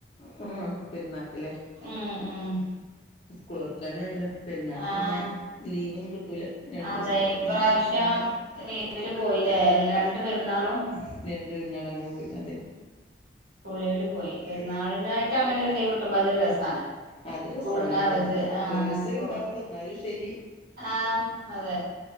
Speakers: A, on the left; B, on the right.
A: മം പെരുന്നാക്കല്ലേ
B: ഉം ഉം
A: സ്കൂള് തുറക്കാനായല്ലോ പെരുന്നാൾക്ക്
B: ആഹ്
A: പിന്നെ ലീവൊന്നും കിട്ടൂല രണ്ടു
B: അതെ
A: ദിവസത്തെ
B: ഇപ്രാവശ്യം
A: മൂന്ന് ദിവസത്തൊക്കെ
B: ലീവില് പോയില്ലേ
A: <inaudible>
B: രണ്ട് പെരുന്നാളും
A: അങ്ങനെ പോയി അത്
B: സ്കൂളിൽ പോയി പെരുന്നാളിനായിട്ട് അങ്ങനെ ഒരു ലീവ് കിട്ടുമ്പോ അതൊരു രസാണ്
A: അത്
B: സ്കൂളിനവധി
A: രസമാണ് അതെ അതെ
B: ആ
A: ഒരു ദിവസമേ
B: സ്കൂൾ
A: ഉണ്ടാവുള്ളൂ എന്നാലും ശരി
B: ആ അതെ